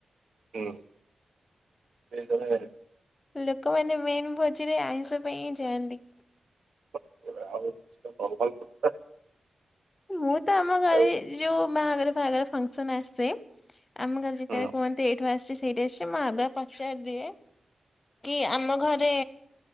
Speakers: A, on the right; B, on the left.
A: ହଁ ହେଇଥିବେ
B: ଲୋକମାନେ ମେନ୍ ଭୋଜିରେ ଆଇଁଷ ପାଇଁ ହିଁ ଯାଆନ୍ତି।
A: ଏବେ ଆଉ କିଛିଟା ନିର୍ମାଲ କଥା।
B: ମୁଁ ତ ଆମ ଗାଁରେ
A: ଆଉ
B: ଯୋଉ ବାହାଘର ଫାହାଘର ଫଙ୍କସନ ଆସେ? ଆମ ଗାଁରେ ଯେତେବେଳେ
A: ହୁଁ
B: କୁହନ୍ତି? ତମେ ଆସି ସେଇଠି ଆସିଛି ମୁଁ ଆଗୁଆ ପଚାରି ଦିଏ କି, ଆମ ଘରେ